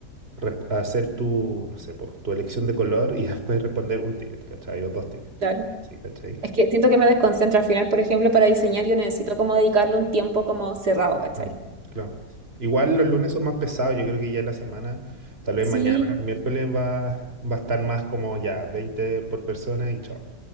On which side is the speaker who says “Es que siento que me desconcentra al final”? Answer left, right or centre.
Right